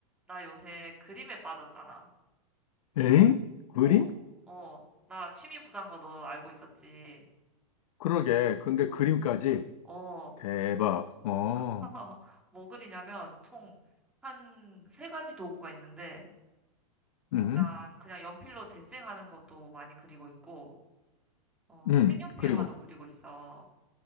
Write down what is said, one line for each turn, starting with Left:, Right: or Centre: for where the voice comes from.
Centre: 나 요새 그림에 빠졌잖아.
Left: 에잉? 그림?
Centre: 어, 어. 나 취미 부자인 거 너 알고 있었지.
Left: 그러게. 근데
Centre: 어,
Left: 그림까지.
Centre: 어.
Left: 대박. 어.
Centre: <laughs> 뭐 그리냐면 총 한 세 가지 도구가 있는데
Left: 음.
Centre: 일단 그냥 연필로 데생하는 것도 많이 그리고 있고 어,
Left: 음.
Centre: 색연필화도
Left: 그리고.
Centre: 그리고 있어.